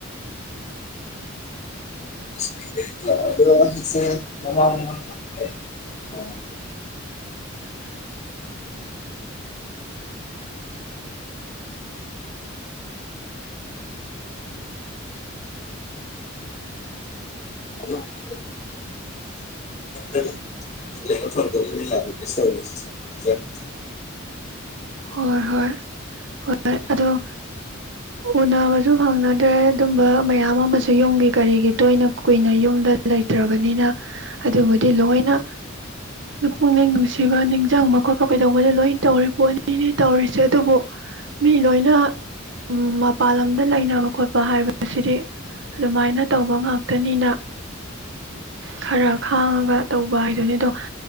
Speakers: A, on the left; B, on the right.
A: <unintelligible> ꯁꯦ ꯃꯃ ꯃꯃ <unintelligible> <unintelligible>
B: ꯍꯣꯏ ꯍꯣꯏ ꯍꯣꯏ ꯍꯣꯏ ꯑꯗꯨꯣ ꯎꯅꯕꯁꯨ ꯐꯪꯅꯗ꯭ꯔꯦ ꯑꯗꯨꯝꯕ ꯃꯌꯥꯝ ꯑꯃꯁꯨ ꯌꯨꯝꯒꯤ ꯀꯔꯤꯒꯤ ꯇꯣꯏꯅ ꯀꯨꯏꯅ ꯌꯨꯝꯗ ꯂꯩꯇ꯭ꯔꯕꯅꯤꯅ ꯑꯗꯨꯕꯨꯗꯤ ꯂꯣꯏꯅ ꯄꯨꯛꯅꯤꯡ ꯅꯨꯡꯁꯤꯕ ꯅꯤꯡꯁꯤꯡꯕ ꯈꯣꯠꯄ ꯀꯩꯗꯧꯕꯗꯣ ꯂꯣꯏꯅ ꯇꯧꯔꯤ ꯄꯣꯠꯅꯤꯅꯤ ꯇꯧꯔꯤꯁꯦ ꯑꯗꯨꯕꯨ ꯃꯤ ꯂꯣꯏꯅ ꯎꯝ ꯃꯄꯥꯟ ꯂꯝꯗ ꯂꯩꯅꯕ ꯈꯣꯠꯄ ꯍꯥꯏꯕꯁꯤꯗꯤ ꯑꯗꯨꯃꯥꯏꯅ ꯇꯧꯕ ꯉꯥꯛꯇꯅꯤꯅ ꯈꯔ ꯈꯥꯡꯉꯒ ꯇꯧꯕ ꯍꯥꯏꯗꯨꯅꯤ ꯑꯗꯣ